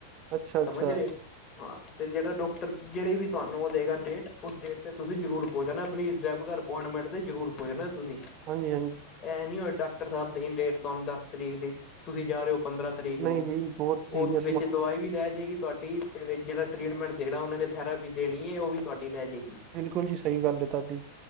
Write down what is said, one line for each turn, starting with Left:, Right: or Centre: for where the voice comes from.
Right: ਅੱਛਾ ਅੱਛਾ।
Left: ਸਮਝ ਰੇ, ਹਾਂ। ਤੇ ਜੇੜਾ ਡੋਕਟਰ ਜੇੜੀ ਵੀ ਤੁਹਾਨੂੰ ਓ ਦੇਗਾ ਡੇਟ, ਉਸ ਡੇਟ ਤੇ ਤੁਸੀਂ ਜਰੂਰ ਪੋਚ ਜਾਣਾ ਅਪਣੀ ਰੈਗੂਲਰ ਓਪਮੇਂਟ ਤੇ ਜਰੂਰ ਪੋਚ ਜਨਾ ਤੁਸੀ।
Right: ਹਾਂਜੀ, ਹਾਂਜੀ।
Left: ਐ ਨੀਂ ਹੋਏ ਡਾਕਟਰ ਸਾਬ ਦੇਨ ਡੇਟ ਤੁਹਾਨੂੰ ਦਸ ਤਰੀਕ ਦੀ, ਤੁਸੀਂ ਜਾ ਰੇ ਓ ਪੰਦਰਾਂ ਤਰੀਕ। ਨੂੰ
Right: ਨਈਂ, ਨਈਂ ਬੋਤ <unintelligible>
Left: ਉਹ ਵਿੱਚ ਦਵਾਈ ਵੀ ਰਹਿ ਰੈ ਜੇਗੀ ਤੁਆਡੀ ਤੇ ਵੇਚ ਜੇੜਾ ਟ੍ਰੀਟਮੈਂਟ ਦੇਣਾ ਓਨਾਂ ਨੇ, ਥੈਰਾਪੀ ਦੇਣੀ ਏ ਓ ਵੀ ਤੁਆਡੀ ਰੈ ਜੇਗੀ।
Right: ਬਿਲਕੁਲ
Left: <unintelligible>
Right: ਜੀ ਸਹੀ ਗੱਲ ਹੈ ਤੁਹਾਡੀ